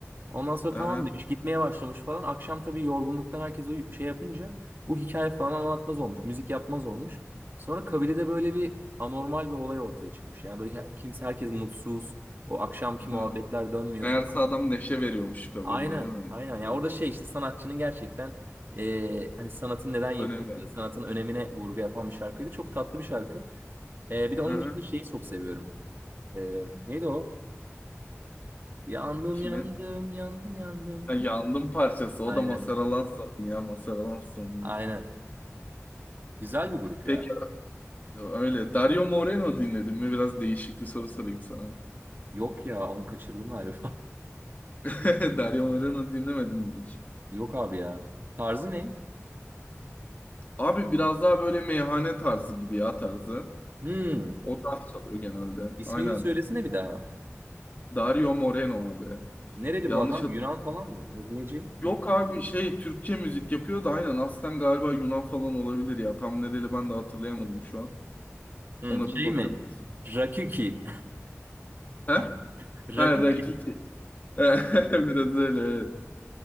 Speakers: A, on the right (about 45°); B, on the left (about 35°).
A: Ondan sonra
B: Aha.
A: tamam demiş gitmeye başlamış falan. Akşam tabii yorgunluktan herkes uyu- şey yapınca bu hikaye falan anlatmaz olmuş. Müzik yapmaz olmuş. Sonra kabilede böyle bir anormal bir olay ortaya çıkmış. Yani böyle her- kimse herkes mutsuz. O akşamki
B: Hı.
A: muhabbetler dönmüyor
B: Meğerse
A: falan.
B: adam neşe veriyormuş kabileye
A: Aynen,
B: değil mi?
A: aynen. Ya orada şey işte sanatçının gerçekten e, hani sanatın neden yapıldığı,
B: Önemli.
A: sanatın önemine vurgu yapan bir şarkıydı. Çok tatlı bir şarkı. E, bir de onun
B: Aha.
A: dışında şeyi çok seviyorum. E, neydi o? Yandım,
B: Kimin?
A: yandım, yandım, yandım.
B: Ha, yandım parçası. O
A: Aynen,
B: da Mazhar Alanso'nun ya Mazhar Alanso'nun.
A: aynen. Güzel bir grup
B: Peki
A: ya.
B: öyle. Dario Moreno dinledin mi? Biraz değişik bir soru sorayım sana.
A: Yok ya, onu kaçırdım galiba.
B: <laughs> Dario Moreno dinlemedim mi?
A: <laughs> Yok abi ya. Tarzı ne?
B: Abi biraz daha böyle meyhane tarzı gibi ya tarzı.
A: Hmm.
B: O tarz çalıyor genelde.
A: İsmini
B: Aynen.
A: bir söylesene bir daha.
B: Dario Moreno abi.
A: Nereli
B: Yanlış
A: bu adam?
B: hat
A: Yunan falan mı? Yok neci?
B: Yok abi şey Türkçe müzik yapıyor da aynen aslen galiba Yunan falan olabilir ya. Tam nereli ben de hatırlayamadım şu an.
A: Hmm,
B: Ona
A: şey
B: bir bakabiliriz.
A: mi? Rakuki.
B: He?
A: <laughs>
B: Ha,
A: Rakuki.
B: Rakiki. <laughs> Biraz öyle. evet.